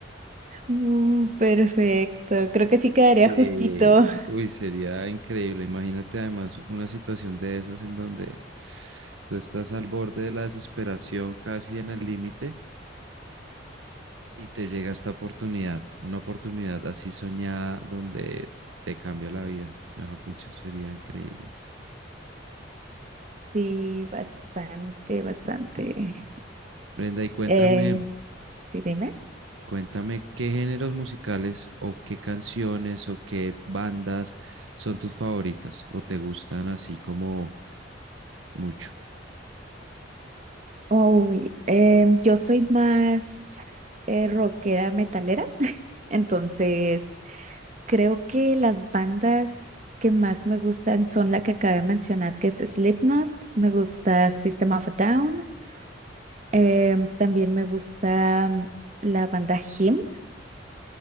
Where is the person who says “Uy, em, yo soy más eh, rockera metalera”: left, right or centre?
Right